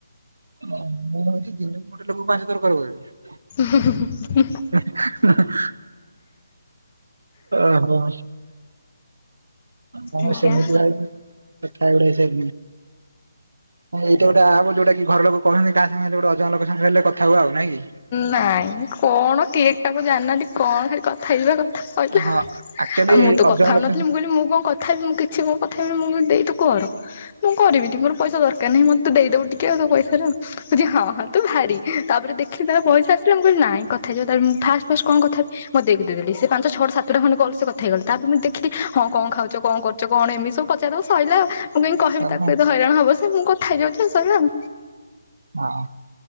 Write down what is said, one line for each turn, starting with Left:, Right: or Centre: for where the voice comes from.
Right: ଓ ମୁଁ ହଉଛି ଦିନକୁ ଗୋଟେ ଲୋକକୁ ପାଞ୍ଚ ଥର କଲ କରିପାରିବି।
Left: ହୁଁ ହୁଁ ହୁଁ।
Right: <inaudible> ଓହୋ। ହଁ
Left: ଆଜ୍ଞା।
Right: ସେ କଥା ହେଇଗଲେ ସେ ହଁ ଏଟା ଗୋଟେ ଆପ ଯୋଉଟାକି ଘରଲୋକ କହୁଛନ୍ତି କା ସାଙ୍ଗ ଯୋଟେ ଅଜଣ ଲୋକ ସାଙ୍ଗରେ ହେଲେ କଥା ହୁଅ ଆଉ ନାଇଁ କି?
Left: ନାଇଁ କଣ କିଏ ଟାକୁ ଜାନାହାନ୍ତି କଣ ଖାଲି କଥା ହେଇଯିବା କଥା। ସଇଲା
Right: ହଁ
Left: ଆଉ
Right: ଆକ୍ଚୁଆଲି
Left: ମୁଁ ତ
Right: ଅଜଣା
Left: କଥା ହଉନଥିଲି
Right: ଲୋକ
Left: ମୁଁ କହିଲି ମୁଁ କଣ କ କଥାହେବି ମୁଁ କିଛି ମୋ କଥା ମୁଁ ଦେଇ ତୁ କର। ମୁଁ କରିବିନି ମୋର ପଇସା ଦରକାର ନାହିଁ ମତେ ତୁ ଦେଇଦବୁ ଟିକେ ତୋ ପଇସାରୁ। କହୁଚି ହଁ ହଁ ତୁ ଭାରି ତାପରେ ଦେଖିଦେଲା ପରେ ପଇସା ଆସିଲା ମୁଁ କହିଲି ନାଇଁ କଥା ହେଇଯିବା ତାହାଲେ ଫାଷ୍ଟ ଫାଷ୍ଟ କଣ କଥା ମୁଁ ଦେଇକି ଦେଇଦେଲି ସେ ପାଞ୍ଚ ଛଟ ସାତଟା ଖଣ୍ଡେ ଗଲେ ସେ କଥା ହେଇଗଲା ତାପରେ ମୁଁ ଦେଖିଲି ହଁ କଣ ଖାଉଛ କଣ କରୁ କଣ ଏମିତି ସବୁ ପଚାରିଦବ ସଇଲା ଆଉ ମୁଁ କାହିଁ କହିବି
Right: ହଁ
Left: ତାକୁ ଏତ ହଇରାଣ ହବ ସେ ମୁଁ କଥା ହେଇଯାଉଛି ସଇଲା ଆଉ।
Right: ହଁ